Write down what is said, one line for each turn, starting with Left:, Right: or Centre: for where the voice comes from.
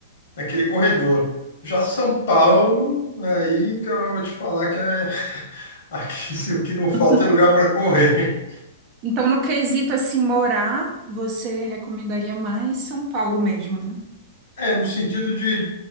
Left: naquele corredor. Já São Paulo, aí, cara, eu vou te falar que é <laughs> aqui se o que não falta
Right: <laughs>
Left: é lugar para correr.
Right: Então, no quesito assim morar, você recomendaria mais São Paulo mesmo, né?
Left: É, no sentido de,